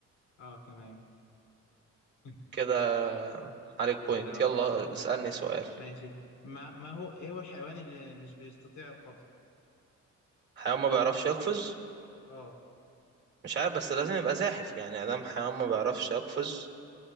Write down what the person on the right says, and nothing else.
كده عليك بوينت
يلا
اسألني سؤال
حيوان ما بيعرفش يقفز
مش عارف بس لازم يبقى زاحف يعني ادام حيوان ما بيعرفش يقفز